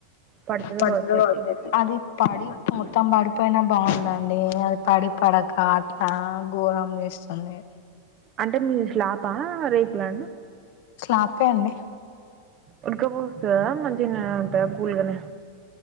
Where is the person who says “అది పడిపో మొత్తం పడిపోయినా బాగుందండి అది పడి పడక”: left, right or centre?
Left